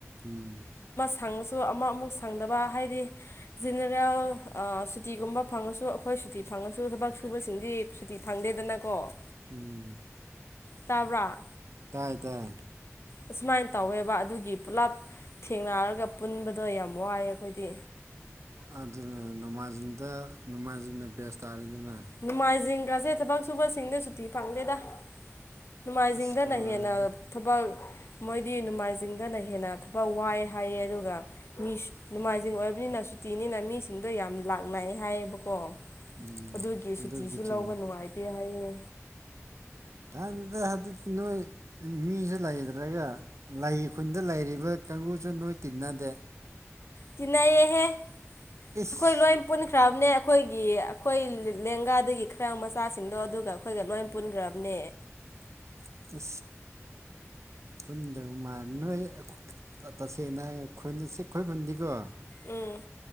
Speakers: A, on the right; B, on the left.
A: ꯎꯝ
B: ꯁꯪꯉꯁꯨ ꯑꯃꯨꯛ ꯑꯃꯨꯛ ꯁꯪꯗꯕ ꯍꯥꯏꯗꯤ ꯖꯤꯦꯅꯔꯦꯜ ꯁꯨꯇꯤꯒꯨꯝꯕ ꯐꯪꯉꯁꯨ ꯑꯩꯈꯣꯏ ꯁꯨꯇꯤ ꯐꯪꯉꯁꯨ ꯊꯕꯛ ꯁꯨꯕꯁꯤꯡꯗꯤ ꯁꯨꯇꯤ ꯐꯪꯗꯦꯗꯅꯀꯣ
A: ꯎꯝ
B: ꯇꯥꯕ꯭ꯔꯥ
A: ꯇꯥꯏ ꯇꯥꯏ
B: ꯑꯁꯨꯃꯥꯏꯅ ꯇꯧꯋꯦꯕ ꯑꯗꯨꯒꯤ ꯄꯨꯂꯞ ꯊꯦꯡꯅꯔꯒ ꯄꯨꯟꯕꯗꯣ ꯌꯥꯝ ꯋꯥꯏꯑꯦ ꯑꯩꯈꯣꯏꯗꯤ
A: ꯑꯗꯨꯅ ꯅꯣꯡꯃꯥꯏꯖꯤꯡꯗ ꯅꯣꯡꯃꯥꯏꯁꯤꯡꯅ ꯕꯦꯁ ꯇꯥꯔꯤꯗꯅ
B: ꯅꯣꯡꯃꯥꯏꯖꯤꯡ ꯀꯥꯁꯦ ꯊꯕꯛ ꯁꯨꯕꯁꯤꯡꯗ ꯁꯨꯇꯤ ꯐꯪꯗꯦꯗ ꯅꯣꯡꯃꯥꯏꯖꯤꯡꯗꯅ
A: ꯑꯁ ꯂꯣꯏꯔꯦꯍꯦ
B: ꯍꯦꯟꯅ ꯊꯕꯛ ꯃꯣꯏꯗꯤ ꯅꯣꯡꯃꯥꯏꯖꯤꯡꯗꯅ ꯍꯦꯟꯅ ꯊꯕꯛ ꯋꯥꯏ ꯍꯥꯏꯌꯦ ꯑꯗꯨꯒ ꯃꯤ ꯅꯣꯡꯃꯥꯏꯖꯤꯡ ꯑꯣꯏꯕꯅꯤꯅꯁꯨ ꯁꯨꯇꯤꯅꯤꯅ ꯃꯤꯁꯤꯡꯗꯣ ꯌꯥꯝ ꯂꯥꯛꯅ ꯍꯥꯏꯌꯦꯕꯀꯣ
A: ꯎꯝ
B: ꯑꯗꯨꯒꯤ ꯁꯨꯇꯤꯁꯨ
A: ꯑꯗꯨꯕꯨꯗꯤ ꯆꯨꯝꯃꯦ
B: ꯂꯧꯕ ꯅꯨꯡꯉꯥꯏꯇꯦ ꯍꯥꯏꯌꯦ
A: ꯑꯥꯟꯕꯗ ꯍꯥꯏꯖꯤꯛꯇꯤ ꯅꯣꯏ ꯃꯤꯁꯤ ꯂꯩꯇ꯭ꯔꯒ ꯂꯩ ꯈꯨꯟꯗ ꯂꯩꯔꯤꯕ ꯀꯥꯡꯒꯨꯁꯨ ꯅꯣꯏ ꯇꯤꯟꯅꯗꯦ
B: ꯇꯤꯟꯅꯩꯌꯦꯦꯍꯦ ꯑꯩꯈꯣꯏ
A: ꯏꯁ
B: ꯂꯣꯏ ꯄꯨꯅꯤꯡ ꯈ꯭ꯔꯕꯅꯦ ꯑꯩꯈꯣꯏꯒꯤ ꯑꯩꯈꯣꯏ ꯂꯦꯡꯒꯥꯗꯒꯤ ꯈꯔ ꯃꯆꯥꯁꯤꯡꯗꯣ ꯑꯗꯨꯒ ꯑꯩꯈꯣꯏꯒ ꯂꯣꯏ ꯄꯨꯟꯈ꯭ꯔꯕꯅꯦ
A: <unintelligible> ꯑ ꯈꯨꯟꯗ ꯃꯥꯜ ꯅꯣꯏ ꯇꯁꯦꯡꯅ ꯈꯣꯏ ꯈꯨꯟꯗꯤꯀꯣ
B: ꯎꯝ